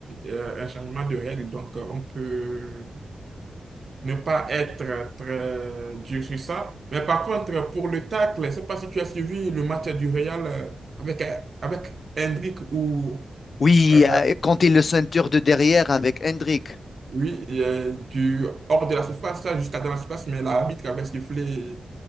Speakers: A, on the right (about 45°); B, on the left (about 45°).
A: euh, un changement de règle, donc euh, on peut ne pas être très dur sur ça. Mais par contre, pour le tacle, je ne sais pas si tu as suivi le match du Real euh, avec, euh, avec Hendrik ou
B: Oui,
A: euh,
B: euh, quand il le ceinture de derrière avec Hendrik.
A: oui, euh, du hors de la surface, là, jusqu'à dans la surface, mais l'arbitre avait sifflé